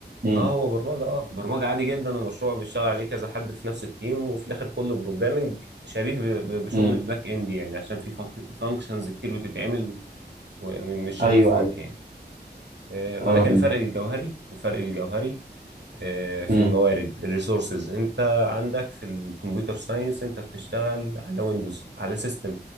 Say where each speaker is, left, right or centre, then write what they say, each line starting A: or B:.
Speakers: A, on the right; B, on the right.
A: امم
B: اه هو برمجه اه برمجه عادي جدا ومشروع بيشتغل عليه كذا حد في نفس التيم وفي الاخر كله بروجرامنج شبيه ب- ب- بشغل
A: امم
B: الباك اند يعني عشان في فانكشنز كتير بتتعمل ومش شغل
A: ايوه
B: فرونت
A: ايوه
B: يعني آه، ولكن
A: امم
B: الفرق الجوهري الفرق الجوهري آه، في
A: امم
B: الموارد الريسورسز انت عندك في الكمبيوتر ساينس انت بتشتغل على ويندوز على سيستم